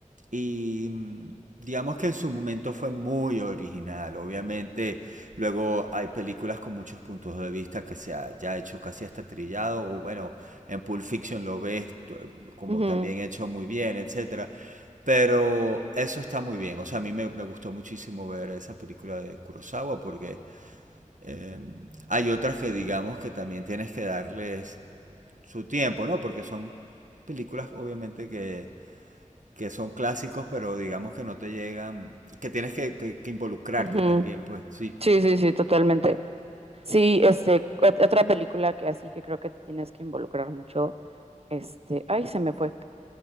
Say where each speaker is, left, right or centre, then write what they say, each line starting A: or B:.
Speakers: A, on the right; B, on the right.
A: y mm, digamos que en su momento fue muy original. Obviamente, luego hay películas con muchos puntos de vista que se ha ya hecho casi hasta trillado. O bueno, en Pulp Fiction lo ves t- como
B: Ujú,
A: también hecho muy bien, etcétera. Pero eso está muy bien. O sea, a mí me, me gustó muchísimo ver esa película de Kurosawa porque eh, hay otras que digamos que también tienes que darles su tiempo, ¿no? Porque son películas obviamente que que son clásicos, pero digamos que no te llegan, que tienes que, que- que involucrarte
B: ujú.
A: también, pues. Sí.
B: Sí, sí, sí, totalmente. Sí, este, ot- otra película que así que creo que te tienes que involucrar mucho. Este, ay, se me fue.